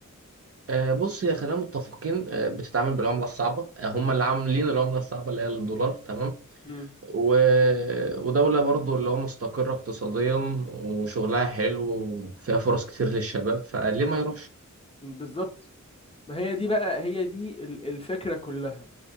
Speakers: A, on the right; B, on the left.
A: آه، بص هي خلينا متفقين آه، بتتعامل بالعملة الصعبة آه، هم اللي عاملين العملة الصعبة اللي هي الدولار تمام
B: امم
A: و... ودولة برضو اللي هو مستقرة اقتصاديا وشغلها حلو وفيها فرص كتير للشباب فليه ما يروحش
B: بالظبط ما هي دي بقى هي دي ال- الفكرة كلها